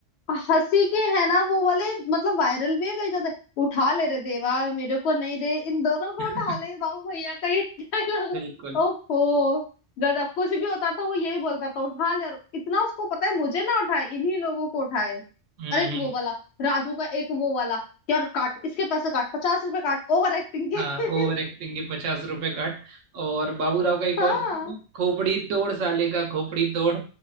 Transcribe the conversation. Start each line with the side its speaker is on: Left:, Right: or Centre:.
Left: हंसी के है ना वो वाले मतलब वायरल भी है कई ज्यादा उठा ले रे देवा मेरे को नहीं दे इन दोनों
Right: <laughs>
Left: को उठा ले बाबू भैया का ये डायलॉग
Right: बिल्कुल
Left: ओफो गजब कुछ भी होता था वो यही बोलता था उठा ले और इतना उसको पता है मुझे ना उठाए इन्हीं लोगों को उठाए
Right: हम्म
Left: और एक
Right: हम्म।
Left: वो वाला राजू का एक वो वाला यार काट इसके पैसे काट पचास रुपए काट ओवर एक्टिंग के
Right: हाँ ओवर
Left: <laughs>
Right: एक्टिंग के पचास रुपए काट और बाबूराव का एक
Left: हाँ
Right: और था, खोपड़ी तोड़ साले का खोपड़ी तोड़